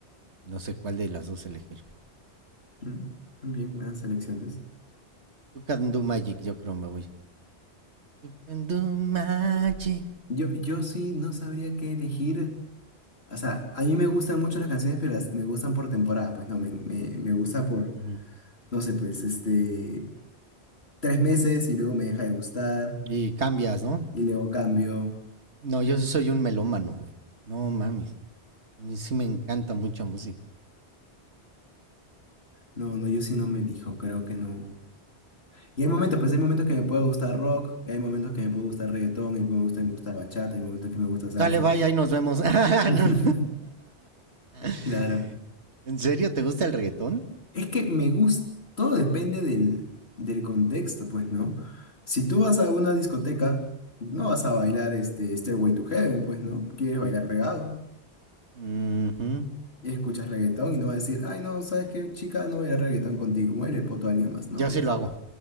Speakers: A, on the right; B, on the left.
A: No sé cuál de las dos elegir.
B: mm, también buenas selecciones.
A: Do Can Do Magic, yo creo me voy. Do Can Do Magic.
B: Yo, yo sí no sabría qué elegir. O sea, a mí me gustan mucho las canciones, pero las, me gustan por temporada. Pues no, me, me, me gusta por,
A: Ujú.
B: no sé, pues este, tres meses y luego me deja de gustar
A: Y cambias, ¿no?
B: y luego cambio.
A: No, yo sí soy un melómano, güey. No mames. A mí sí me encanta mucha música.
B: No, no, yo sí no me elijo, creo que no. Y hay momentos, pues hay momentos que me puede gustar rock, y hay momentos que me puede gustar reggaetón, y me gusta, me gusta bachata, hay momentos que me gusta salsa.
A: Sale, vaya, y nos vemos. <laughs>
B: <laughs>
A: No. <laughs>
B: Claro.
A: ¿En serio te gusta el reggaetón?
B: Es que me gusta, todo depende del, del contexto, pues, ¿no? Si tú vas a una discoteca, no vas a bailar este Stairway to Heaven, pues, ¿no? Quieres bailar pegado,
A: Ujú.
B: y escuchas reggaetón y no vas a decir, ay, no, ¿sabes qué, chica? No voy a bailar reggaetón contigo, muere el poto a alguien más.
A: Yo
B: No,
A: sí lo hago.